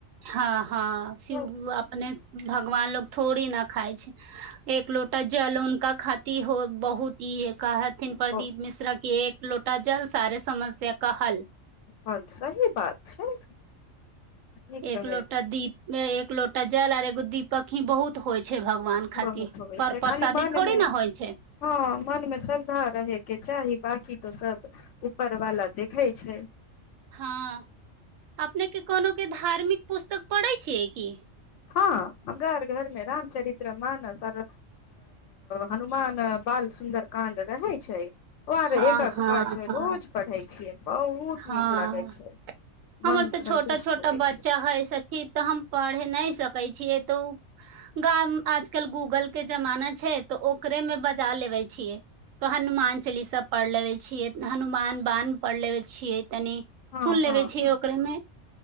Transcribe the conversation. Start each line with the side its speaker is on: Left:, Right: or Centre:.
Right: हँ हँ शिवगुरु
Left: त
Right: अपने भगवान लोग थोड़ी न खााय छै एक लोटा जल उनका ख इ हो बहुत ई एक कहथिन
Left: त
Right: प्रदीप मिश्रा की एक लोटा जल सारे समस्य का हल
Left: हँ सही बात छै नीक
Right: एक
Left: कहै
Right: लोटा दीप मे एक लोटा जल आर एगो दीपक ही बहुत होइ छै भगवान खातिर
Left: बहुत होइ
Right: पर
Left: छै
Right: प्रसादी
Left: खाली मनमे
Right: थोड़ी न होइ छै
Left: हँ मनमे श्रद्धा रहेके चाही बकी तो सब उपर वाला देखै छै
Right: हँ अपनेके कोनोक के धार्मिक पुस्तक पढ़ै छियै की
Left: हँ हमरा आर घर मे रामचरित्र मानर हनुमान बाल सुन्दर कांड रहै छै ओ आर
Right: हँ
Left: एकक
Right: हँ
Left: पाठ हो
Right: हँ
Left: रोज पढ़ै छियै बहुत
Right: हँ
Left: नीक लागे छै
Right: हमर
Left: मन
Right: तऽ
Left: संन्तुष्ट
Right: छोटा छोटा
Left: होवे
Right: बच्चा
Left: छै
Right: हे सखी तऽ हम पढ़ नहि सकै छियै तऽ गाम आजकल गूगल के जमाना छै तऽ ओकरे में बजा लेबे छियै त हनुमान चालीसा पढ़ लेबे छियै हनुमान बान पढ़ लेवे छियै तनी
Left: हँ
Right: फूल
Left: हँ
Right: लेबे ओकरा मे